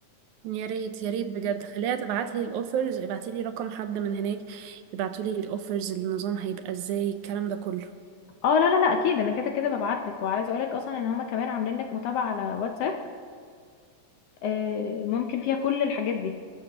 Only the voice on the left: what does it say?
اه لا لا لا اكيد انا كده كده ببعتلك وعايزه اقول لك اصلا ان هما كمان عاملين لك متابعه على واتساب آه، ممكن فيها كل الحاجات دي